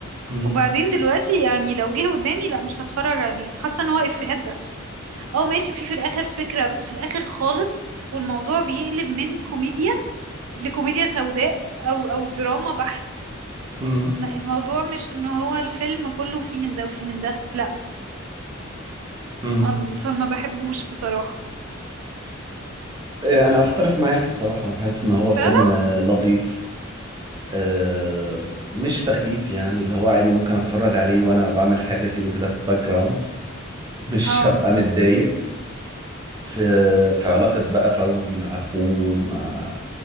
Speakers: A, on the right (about 20°); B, on the right (about 85°).
A: مم.
B: وبعدين دلوقتي يعني لو جه قدامي لا مش هتفرج عليه حاسه ان هو افيهات بس اه ماشي في في الاخر فكره بس في الاخر خالص والموضوع بيقلب من كوميديا لكوميديا سوداء او او دراما بحت
A: مم.
B: ما- الموضوع مش ان هو الفيلم كله فيه من ده وفيه من ده لا
A: مم.
B: ما- فما بحبوش بصراحه
A: إيه، انا اختلف معاك الصراحة انا بحس ان هو
B: فعلا
A: فيلم آه، لطيف آه، مش سخيف يعني اللي هو عادي ممكن اتفرج عليه وانا بعمل حاجة اسيبه كده في الباك جراوند <laughs> مش
B: اه
A: هبقى متضايق في في علاقة بقى فوزي مع اخوه مع